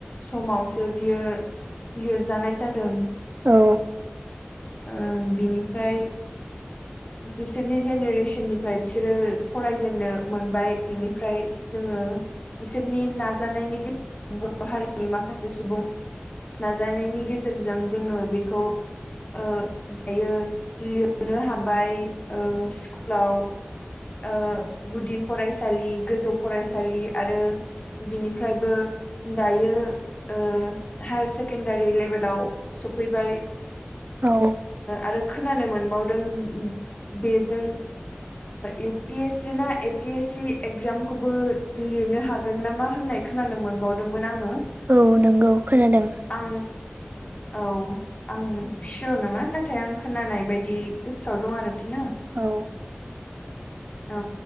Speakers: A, on the left; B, on the right.
A: समावसो बियो लिरजानाय जादों।
B: औ।
A: ओं बिनिफ्राय बिसोरनि जेन नेरेसननिफ्राय बिसोरो फरायजेननो मोनबाय बिनिफ्राय जोङो बिसोरनि नाजानायनि गेजेरजों बर' हारिनि माखासे सुबुं नाजानायनि गेजेरजों जोङो बेखौ दायो लिरनो हाबाय स्कुलाव ओ गुदि फरायसालि गोजौ फरायसालि आरो बिनिफ्रायबो दायो हायार सेकेणडारि लेभेलाव सफैबाय।
B: औ।
A: आरो खोनानो मोनबावदों बेजों इउ पि एस सि ना ए पि एस सि एगजामखौबो लिरनो हागोन नामा होननाय खोनानो मोनबावदोंमोन आङो।
B: औ नंगौ खोनादों।
A: आं औ। आं सियर नङा, नाथाय आं खोनानाय बायदि गोसोआव दं आरोखि ना।
B: औ।
A: औ।